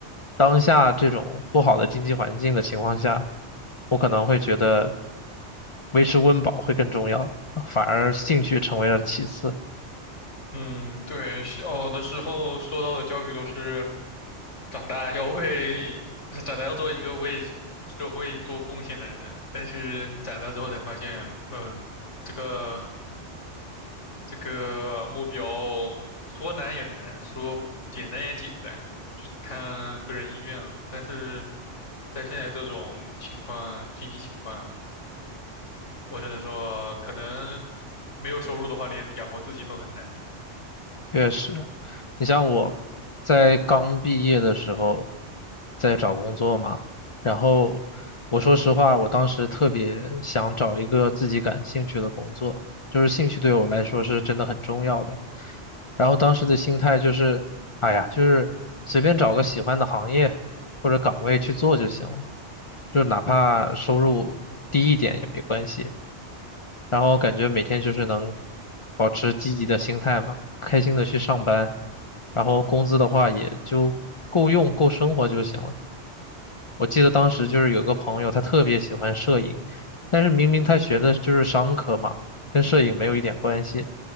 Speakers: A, on the left (about 55°); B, on the left (about 80°).
A: 当下这种不好的经济环境的情况下，我可能会觉得维持温饱会更重要，反而兴趣成为了其次。
B: 嗯，对，小的时候受到的教育都是长大要为，长大要做一个为社会做贡献的人，但是你长大之后才发现，嗯、这个这个目标说难也难，说简单也简单，就看个人意愿了。但是在现在这种情况，经济情况。我只能说，可能没有收入的话，连养活自己都很难。
A: 确实，你像我在刚毕业的时候，在找工作嘛，然后我说实话，
B: 嗯
A: 我当时特别想找一个自己感兴趣的工作，就是兴趣对我来说是真的很重要的。然后当时的心态就是，哎呀，就是随便找个喜欢的行业或者岗位去做就行了，就哪怕收入低一点也没关系。然后感觉每天就是能保持积极的心态嘛，开心的去上班，然后工资的话也就够用，够生活就行了。我记得当时就是有个朋友，他特别喜欢摄影，但是明明他学的就是商科嘛，跟摄影没有一点关系。